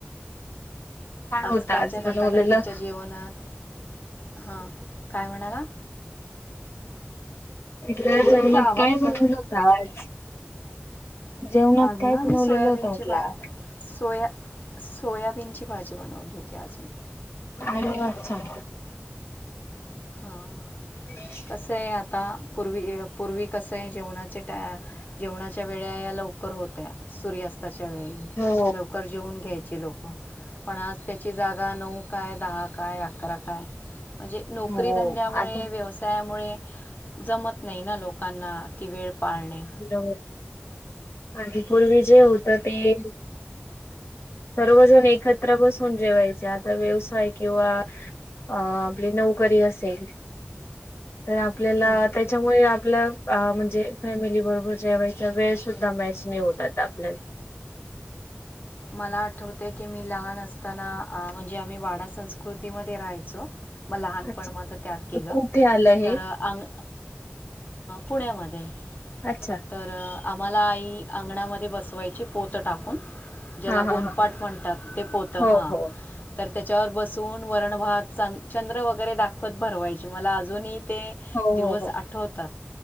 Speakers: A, on the left; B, on the left.
A: काय
B: आजकालच्या
A: होतं आज
B: धकाधकीच्या
A: बनवलेलं?
B: जीवनात हां काय म्हणाला.
A: इथल्या जेवनात
B: तुमचा आवाज
A: काय बनवलं
B: कट
A: होत आज? जेवणात
B: आज
A: काय
B: ना
A: बनवलेल
B: मी सोयाबीनची
A: होत म्हटलं
B: भा
A: आज.
B: सोया सोयाबीनची भाजी बनवली होती आज मी.
A: अरे व्वा छान.
B: हां
A: अम् <inaudible>
B: कसय आहे आता पूर्वी, पूर्वी कसं आहे जेवणाचे टा जेवणाच्या वेळा या लवकर होत्या सूर्यास्त- च्या वेळी
A: हो.
B: लवकर जेवून घ्यायचे लोक. पण आज त्याची जागा नऊ, काय दहा, काय अकरा काय, म्हणजे
A: हो
B: नोकरी धंद्यामुळे
A: आता
B: व्यवसायामुळे जमत नाही ना लोकांना ती वेळ पाळणे.
A: बरोबर आणि पूर्वी जे होत ते, सर्वजण एकत्र बसून जेवायचे आता व्यवसाय किंवा- अ आपली नोकरी असेल. तर आपल्याला
B: हं.
A: त्यांच्यामुळे आपल्या अ म्हणजे फॅमिली बरोबर जेवायचा वेळ सुद्धा, मॅच नाही होत आता आपल्याला.
B: मला आठवते की मी लहान असताना म्हणजे आम्ही वाडा संस्कृतीमध्ये राहायचो. मग लहानपण
A: अच्छा
B: माझं त्यात गेलं,
A: कुठे आलं हे
B: तर अंग पुण्यामध्ये
A: अच्छा!
B: तर आम्हाला आई अंगणामध्ये बसवायची पोतं टाकून. ज्याला
A: हा हा
B: गोंणपाट
A: हा
B: म्हणतात ते पोत
A: हो
B: हा.
A: हो
B: तर त्याच्यावर बसून वरणभात चन चंद्र वगैरे दाखवत भरवायचे मला अजूनही ते.
A: हो
B: दिवस
A: हो हो
B: आठवतात